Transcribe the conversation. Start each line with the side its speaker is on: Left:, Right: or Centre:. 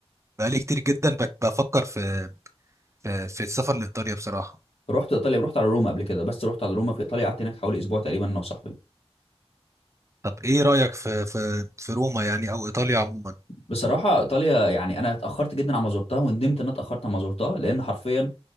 Right: بقالي كتير جدا بك- بفكر في في في السفر لإيطاليا بصراحة
Left: رحت ايطاليا رحت على روما قبل كده بس رحت على روما في ايطاليا قعدت هناك حوالي اسبوع تقريبا انا وصاحبي
Right: طب إيه رأيك في في في روما يعني أو إيطاليا عموما
Left: بصراحة إيطاليا يعني أنا اتأخرت جدا على ما زرتها وندمت إن أنا اتأخرت على ما زرتها لأن حرفيا